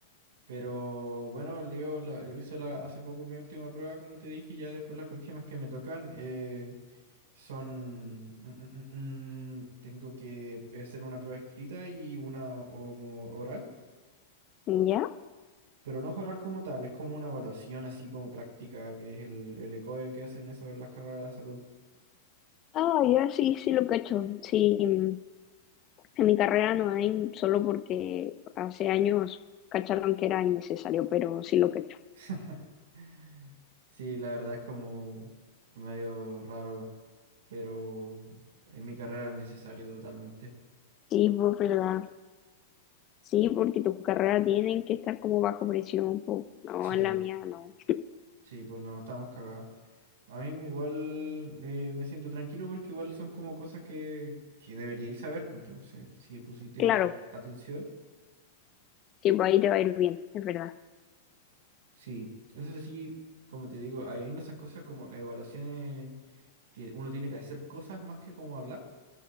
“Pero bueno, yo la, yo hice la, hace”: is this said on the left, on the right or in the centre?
Right